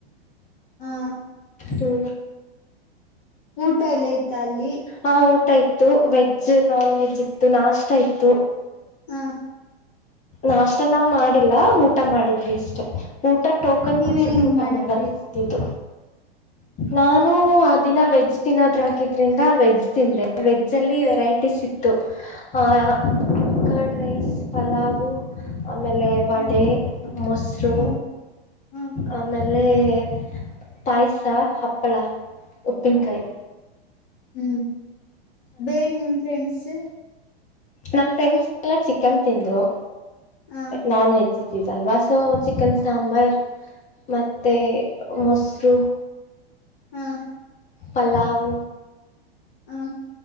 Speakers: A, on the left; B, on the left.
A: ಹಾ
B: ಹೂ
A: ಊಟ ಎಲ್ಲ ಇತ ಅಲ್ಲಿ
B: ಹ ಊಟ ಇತ್ತು ವೆಜ್ ನಾನ್ ವೆಜ್ ಇತ್ತು ನಾಷ್ಟ ಇತ್ತು
A: ಹಾ
B: ನಾಷ್ಟ ನಾವ್ ಮಾಡಿಲ್ಲ ಊಟ ಮಾಡಿದ್ವಿ ಅಷ್ಟೇ ಊಟ ಟೋಕನ್
A: ನೀವೇನೇನ್
B: ಕೊಟ್ಬಿಟ್ಟು ಊಟ
A: ಮಾಡಿದ್ರಿ
B: ಮಾಡಿದ್ದು ನಾನು ಆ ದಿನ ವೆಜ್ ತಿನ್ನೋದ್ ಹಾಕಿದ್ರಿಂದ ವೆಜ್ ತಿಂದೆ ವಜ್ ಜಲ್ಲಿ ವೆರೈಟೀಸ್ ಇತ್ತು ಪ ಕರ್ಡ್ ರೈಸ್ ಪಲಾವು್ ಆಮೇಲೆ ವಡೆ
A: ಹ
B: ಮೊಸರು
A: ಹ್ಮ್ ಹ್ಮ್
B: ಆಮೇಲೆ ಅಲೆೇ ಪಾಯಸ ಹಪ್ಪಳ ಉಪ್ಪಿನಕಾಯಿ
A: ಹೂ ಬೇರೆ ನಿಮ್ ಫ್ರೆಂಡ್ಸ್
B: ನಮ ಫ್ರೆಂಡ್ಸ್ ಎಲ್ಲ ಚಿಕನ್ ತಿಂದ್ರು
A: ಹ
B: ನಾನ್ ವೆಜ್ ಇದ್ದಿದಲ್ವಾ ಸೊ ಚಿಕನ್ ಸಾಂಬಾರ್ ಮತ್ತು ಮೊಸರು
A: ಹ
B: ಪಲ್ಲವ್
A: ಹ